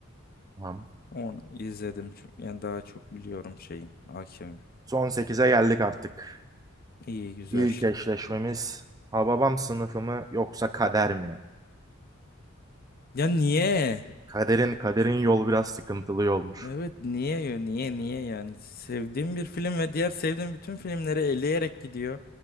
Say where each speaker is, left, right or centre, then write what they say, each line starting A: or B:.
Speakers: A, on the right; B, on the left.
A: Tamam.
B: Onu izledim çünkü yani daha çok biliyorum şeyim. Hakim.
A: Son sekize geldik artık.
B: İyi güzel.
A: İlk eşleşmemiz Hababam sınıfı mı yoksa kader mi?
B: Ya niye?
A: Kaderin kaderin yol biraz sıkıntılı yolmuş.
B: Evet niye ya? niye niye yani sevdiğim bir film ve diğer sevdiğim bütün filmleri eleyerek gidiyor.